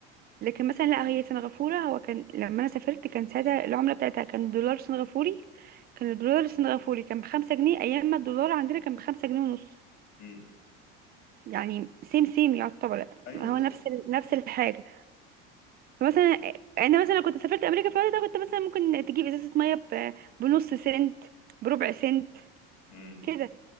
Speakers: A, on the right; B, on the left.
A: لكن مثلا لا هي سنغافوره هو كان لما انا سافرت كان ساعتها العمله بتاعتها كان دولار سنغافوري كان الدولار السنغافوري كان بخمسة جنيه أيام ما الدولار عندنا كان بخمسة جنيه ونص
B: امم
A: يعني سيم سيم يعتبر
B: ايوه
A: هو
B: بالظبط
A: نفس ال- نفس الحاجة فمثلا يعني انا مثلا لو كنت سافرت امريكا في الوقت ده كنت مثلا ممكن تجيب ازازه ميه ب- بنص سنت بربع سنت
B: امم
A: كده